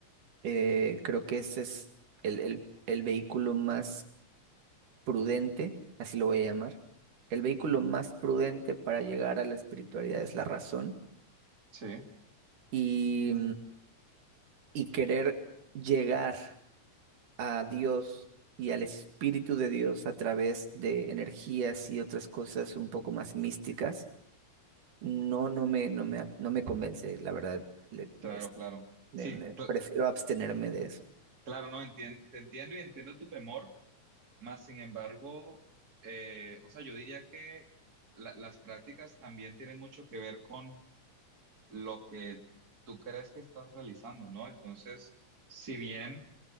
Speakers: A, on the right; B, on the right.
A: Eh, creo que ese es el, el, el vehículo más prudente, así lo voy a llamar. El vehículo más prudente para llegar a la espiritualidad es la razón
B: Sí.
A: y, y querer llegar. a Dios y al Espíritu de Dios a través de energías y otras cosas un poco más místicas, no, no me, no me, no me convence, la verdad. le-
B: Claro,
A: es-
B: claro.
A: me-
B: Sí,
A: me-
B: cl-
A: prefiero abstenerme de eso.
B: claro, no, entien- te entiendo y entiendo tu temor, más sin embargo, eh, o sea, yo diría que la- las prácticas también tienen mucho que ver con lo que tú crees que estás realizando, ¿no? Entonces, si bien,